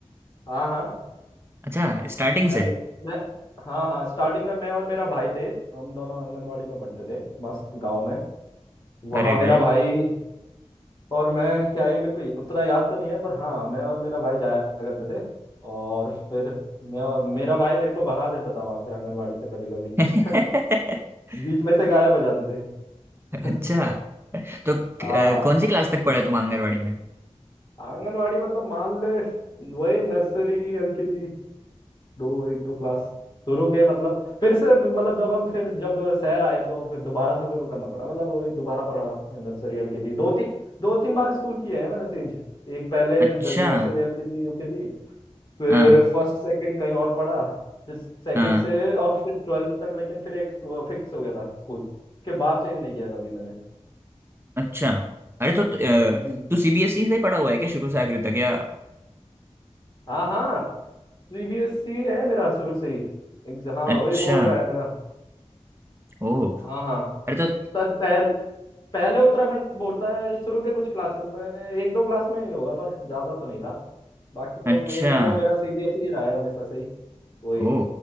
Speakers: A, on the left (about 40°); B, on the right (about 20°).
A: हाँ हाँ
B: अच्छा स्टार्टिंग
A: पहले
B: से
A: मैं हाँ हाँ स्टार्टिंग में मैं और मेरा भाई थे हम दोनों आंगनवाड़ी में पढ़ते थे मस्त गांव में
B: अरे
A: वहाँ मेरा
B: गजब
A: भाई और मैं क्या ये मेरे को ये- उतना याद तो नहीं है पर हाँ मैं और मेरा भाई जाया करते थे और फिर मैं और मेरा भाई मेरे को भगा देता था वहां से आंगनवाड़ी से कभी कभी
B: <laughs>
A: <laughs> बीच में से गायब हो जाते थे
B: अच्छा
A: <laughs>
B: तो अ,
A: हाँ हाँ।
B: कौन सी क्लास तक पढ़े तुम आंगनवाड़ी में
A: आंगनवाड़ी मतलब मान ले वही नर्सरी एलकेजी दो एक दो क्लास शुरू के मतलब फिर से मतलब जब हम फिर जब शहर आए तो फिर दोबारा से शुरू करना पड़ा मतलब वही दोबारा पढ़ा नर्सरी एलकेजी दो तीन दो तीन बार स्कूल किए हैं मैंने चेंज एक पहले
B: अच्छा
A: नर्सरी एलकेजी यूकेजी फिर
B: हाँ
A: फर्स्ट सेकंड कहीं और पढ़ा फिर सेकंड
B: हाँ
A: से और फिर ट्वेल्थ तक लेकिन फिर एक फिक्स हो गया था स्कूल उसके बाद चेंज नहीं किया कभी मैंने
B: अच्छा अरे तो अ,
A: हम्म
B: तू सीबीएसई से पढ़ा हुआ है क्या शुरू से आखिरी तक या
A: हाँ हाँ सीबीएसई है मेरा शुरू से ही एक हाँ
B: अच्छा
A: वही बोर्ड रहा है मेरा
B: ओ
A: हाँ हाँ
B: अरे तो
A: सर पहल, पहले उत्तराखंड बोर्ड था शुरू के कुछ क्लासेस में एक दो क्लास में ही होगा पर ज्यादा तो नहीं था बाकी तो
B: अच्छा
A: मेन तो मेरा सीबीएसई ही रहा है हमेशा से ही वही
B: ओ